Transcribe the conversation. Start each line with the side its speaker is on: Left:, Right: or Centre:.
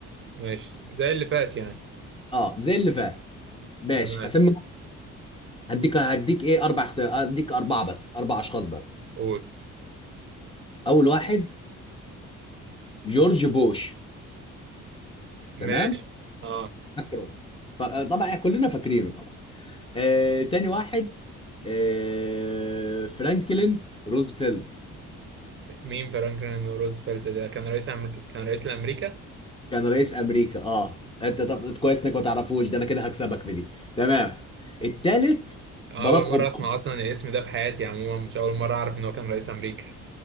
Right: ماشي زي اللي فات يعني
Left: اه زي اللي فات ماشي
Right: تمام
Left: اسمي هديك هديك ايه اربع اخت... هديك اربعه بس اربع اشخاص بس
Right: قول
Left: اول واحد جورج بوش تمام
Right: ماشي اه
Left: فاكره ف- طبعا كلنا فاكرينه طبعا آه، تاني واحد آه، فرانكلين روزفلت
Right: مين فرانكلين روزفلت ده كان رئيس أمر... كان رئيس لأمريكا
Left: كان رئيس امريكا اه انت طب كويس انك ما تعرفوش ده انا كده هكسبك في دي تمام التالت
Right: أول
Left: باراك اوباما
Right: مرة أسمع أصلا الاسم ده في حياتي عموما مش أول مرة أعرف إن هو كان رئيس أمريكا